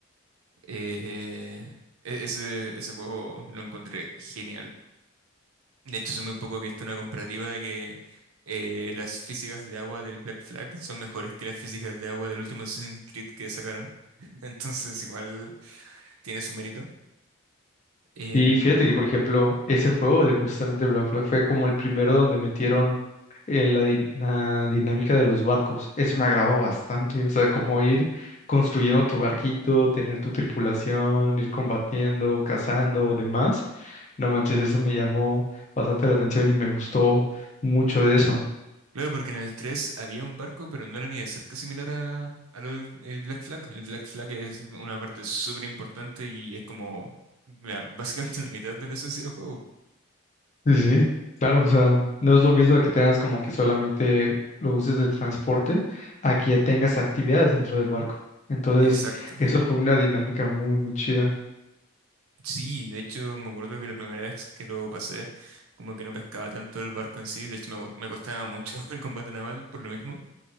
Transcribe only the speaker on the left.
Y fíjate que, por ejemplo, ese juego de justamente Black Flag fue como el primero donde metieron eh, la, din- la dinámica de los barcos. Eso me agradó bastante. O sea, como ir construyendo tu barquito, tener tu tripulación, ir combatiendo, cazando, demás. No manches, eso me llamó bastante la atención y me gustó mucho de eso.
Sí, sí, sí, claro, o sea, no es lo mismo que tengas como que solamente lo uses de transporte, a que ya tengas actividades dentro del barco. Entonces,
eso fue una dinámica muy, muy chida.